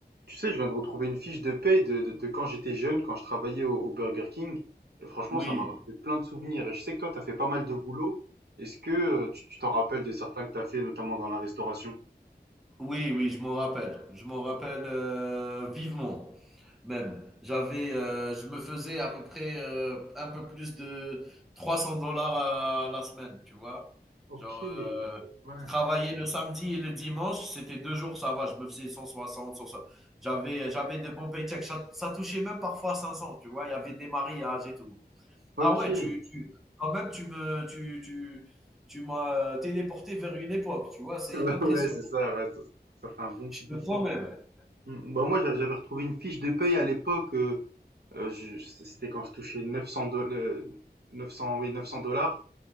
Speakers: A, on the right; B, in the centre.
A: Tu sais, je viens de retrouver une fiche de paye de, de- de quand j'étais jeune, quand je travaillais au, au Burger King. Et franchement,
B: Oui,
A: ça m'a rappelé plein de souvenirs. Et je sais que toi, t'as fait pas mal de boulot. Est-ce que euh, tu tu t'en rappelles de certains que t'as fait, notamment dans la restauration?
B: oui, oui, je m'en rappelle. Je m'en rappelle euh, vivement, même. J'avais, euh, je me faisais à peu près euh, un peu plus de 300 dollars à, à la semaine, tu vois.
A: Ok,
B: Genre, euh,
A: ouais,
B: je travaillais le samedi et le dimanche, c'était deux jours, ça va, je me faisais cent soixante, cent soixante. J'avais, j'avais de bons paychecks. Ça, ça touchait même parfois 500, tu vois. Il y avait des mariages et tout.
A: ok.
B: Ah ouais,
A: <laughs>
B: tu, tu, quand même, tu me, tu, tu, tu m'as euh, téléporté vers une époque, tu vois. C'est
A: Ouais,
B: impressionnant.
A: ouais, c'est ça, ouais, ça, ça fait un bon petit
B: Je
A: bout
B: te
A: de temps.
B: promets.
A: Hmm, Bah moi, j'a- j'avais retrouvé une fiche de paye à l'époque. euh, euh, je- c'était quand je touchais 900 dollars, 900, oui, 900 dollars.